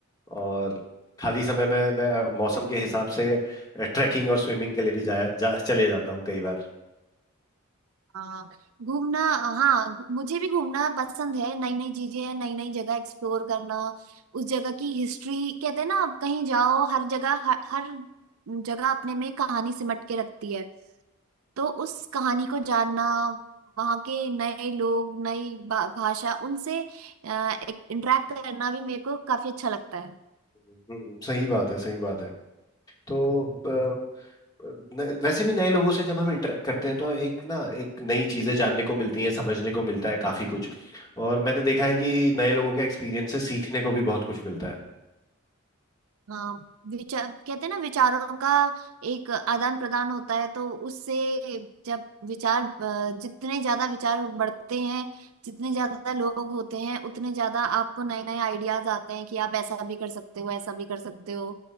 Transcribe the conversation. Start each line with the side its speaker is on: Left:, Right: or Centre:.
Left: और खाली समय में मैं मौसम के हिसाब से ट्रैकिंग और स्विमिंग के लिए भी जाया जा, चले जाता हूँ कई बार
Right: हाँ घूमना हाँ मुझे भी घूमना पसंद है नई नई चीजें नई नई जगह एक्सप्लोर करना उस जगह की हिस्ट्री कहते हैं ना आप कहीं जाओ हर जगह हर, हर जगह अपने में कहानी सिमट के रखती है तो उस कहानी को जानना वहाँ के नए लोग नई भा- भाषा उनसे इंटरेक्ट करना भी मेरे को काफी अच्छा लगता है
Left: हम्म, सही बात है सही बात है तो अ, न- वैसे भी नए लोगों से जब हम इंटरेक्ट करते हैं तो एक ना एक नई चीजें जानने को मिलती हैं समझने को मिलता है काफी कुछ और मैंने देखा है कि नए लोगों के एक्सपीरियंस से सीखने को भी बहुत कुछ मिलता है
Right: हाँ विचार कहते हैं ना विचारों का एक आदान प्रदान होता है तो उससे जब विचार अ, जितने ज्यादा विचार बढ़ते हैं जितने ज्यादा लोग होते हैं उतने ज्यादा आपको नए नए आइडियाज आते हैं कि आप ऐसा भी कर सकते हो ऐसा भी कर सकते हो